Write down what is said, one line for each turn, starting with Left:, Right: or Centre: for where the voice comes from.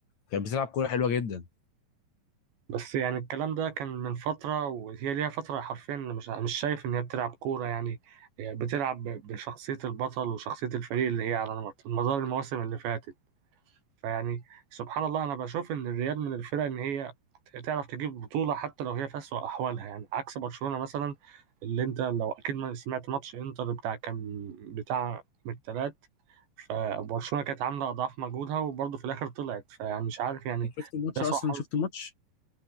Left: كانت بتلعب كورة حلوة جدا
Right: بس يعني الكلام ده كان من فترة وهي ليها فترة حرفيا مش مش شايف إن هي بتلعب كورة يعني هي بتلعب ب- بشخصية البطل وشخصية الفريق اللي هي على مدار المواسم اللي فاتت فيعني سبحان الله أنا بشوف إن الريال من الفرق إن هي تعرف تجيب بطولة حتى لو هي في أسوأ أحوالها يعني عكس برشلونة مثلا اللي أنت لو أكيد ما سمعت ماتش إنتر بتاع كان بتاع من التلات فبرشلونة كانت عاملة أضعاف مجهودها وبرضه في الآخر طلعت فيعني مش عارف يعني
Left: شفت الماتش
Right: ده سوء
Left: أصلا
Right: حظ
Left: شفت الماتش؟